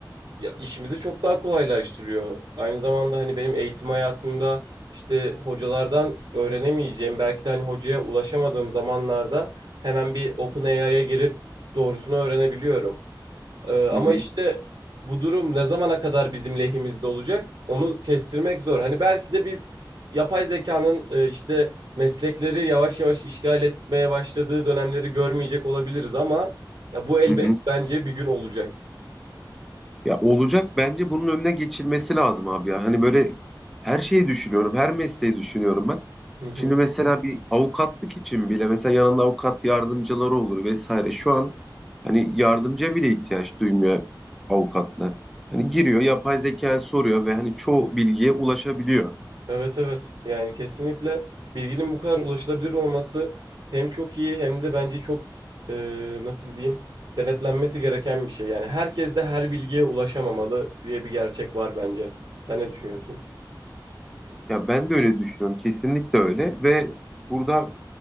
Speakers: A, on the right; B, in the centre.
A: ya işimizi çok daha kolaylaştırıyor. Aynı zamanda hani benim eğitim hayatımda işte hocalardan öğrenemeyeceğim, belki de hani hocaya ulaşamadığım zamanlarda hemen bir OpenAI'ya girip doğrusunu öğrenebiliyorum. Ee, ama
B: Hı hı,
A: işte bu durum ne zamana kadar bizim lehimizde olacak? Onu kestirmek zor. Hani belki de biz yapay zekanın e, işte meslekleri yavaş yavaş işgal etmeye başladığı dönemleri görmeyecek olabiliriz ama ya bu elbet
B: hı hı.
A: bence bir gün olacak.
B: Ya olacak bence bunun önüne geçilmesi lazım abi ya. Hani böyle her şeyi düşünüyorum, her mesleği düşünüyorum ben.
A: Hı hı.
B: Şimdi mesela bir avukatlık için bile mesela yanında avukat yardımcıları olur vesaire. Şu an hani yardımcıya bile ihtiyaç duymuyor avukatlar. Hani giriyor, yapay zekaya soruyor ve hani çoğu bilgiye ulaşabiliyor.
A: Evet evet. Yani kesinlikle bilginin bu kadar ulaşılabilir olması hem çok iyi hem de bence çok e, nasıl diyeyim denetlenmesi gereken bir şey. Yani herkes de her bilgiye ulaşamamalı diye bir gerçek var bence. Sen ne düşünüyorsun?
B: Ya ben de öyle düşünüyorum. Kesinlikle öyle ve burada